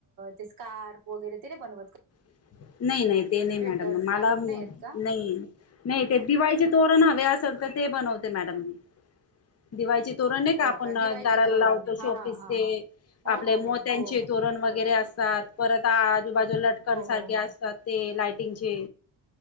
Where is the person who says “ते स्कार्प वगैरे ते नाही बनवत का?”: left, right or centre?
Right